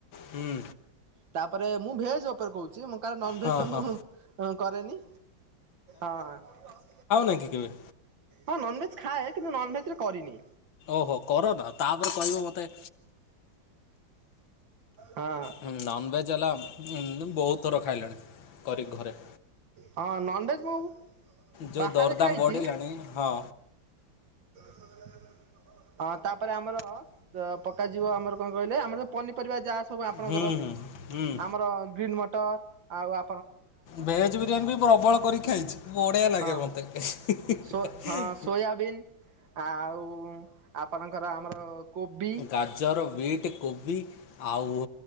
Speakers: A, on the left (about 85°); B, on the right (about 80°).
A: ହୁଁ
B: ତାପରେ ମୁଁ ଭେଜ କପରେ କହୁ ଚି ମୁଁ କାରଣ ନନଭେଜ
A: ହଁ
B: ତ
A: ହଁ
B: ମୁଁ ଅଁ କରେନି ଅ ହଁ।
A: କାହିଁକି କେବେ।
B: ହଁ ନନଭେଜ୍ ଖାଏ କିନ୍ତୁ ନନଭେଜ ରେ କରିନି।
A: ଓହୋ କର ନା ତାପରେ କହିବ ମୋତେ।
B: ହଁ
A: ଉଁ ନନଭେଜ ହେଲା ଉଁ ବହୁତ ଥର ଖାଇଲିଣି କରିିକି ଘରେ।
B: ହଁ ନନଭେଜ୍ ମୁଁ।
A: ଯୋଉ
B: ବାହାରେ
A: ଦରଦାମ
B: ଖାଇଛି
A: ବଢିଲାଣି ହଁ।
B: ହ <inaudible> ହଁ ତାପରେ ଆମର ପ-ପକାଯିବ ଆମର କଣ କହିଲେ ଆମର ପନିପରିବା ଯାହା ସବୁ ଆପଣଙ୍କର
A: ହୁଁ ହୁଁ ହୁଁ
B: ଆମର ଗ୍ରୀନ ମଟର ଆଉ ଆ
A: ଭେଜ ବିରିୟାନୀ ବି ପ୍ରବଳ କରି ଖାଇଛି ବଢିଆ ଲାଗେ
B: ହଁ
A: ମତେ ହେ ହେ ହେ
B: ସୋ ହଁ
A: ହେ।
B: ସୋୟାବିନ୍ ଆଉ ଆପଣଙ୍କର ଆମର। କୋବି
A: ଗାଜର ବିଟ କୋବି ଆଉ